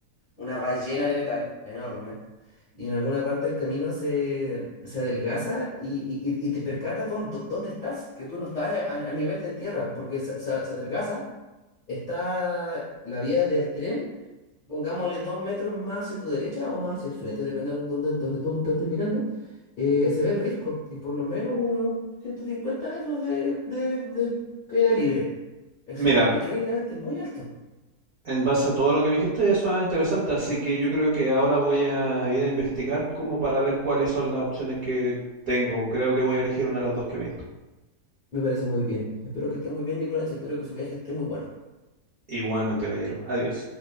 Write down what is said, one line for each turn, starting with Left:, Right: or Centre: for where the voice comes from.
Left: una ballena de metal enorme. Y en alguna parte del camino se, se adelgaza y, y- y- y te percatas dón- dó- dónde, estás, que tú no estás a, a nivel de tierra, porque se, se- se adelgaza. Está la vía del tren, pongámosle dos metros más hacia tu derecha o más hacia el frente, depende de dónde, dónde tú tú estés mirando. eh, se ve el risco y por lo menos unos 150 metros de, de, de caída libre. Es
Right: Mira,
Left: decir, increíblemente muy alto.
Right: en base a todo lo que me dijiste, eso es interesante, así que yo creo que ahora voy a ir a investigar como para ver cuáles son las opciones que tengo. Creo que voy a elegir una de las dos que me diste.
Left: Me parece muy bien. Espero que esté muy bien, Nicolás. y Espero que su viaje esté muy bueno.
Right: Igualmente, caballero. Adiós.